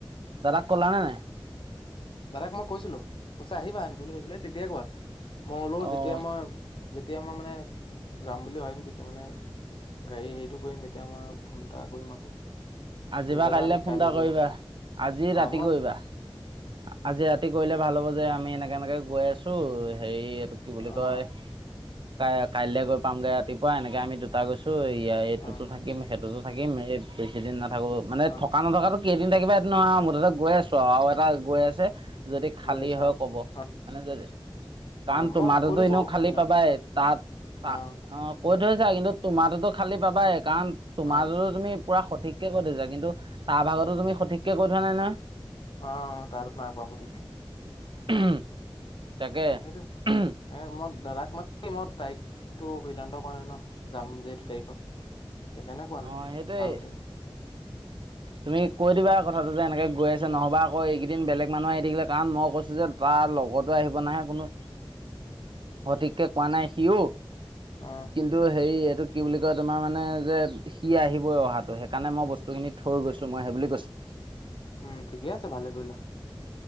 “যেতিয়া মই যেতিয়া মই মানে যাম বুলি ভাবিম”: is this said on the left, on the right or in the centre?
Left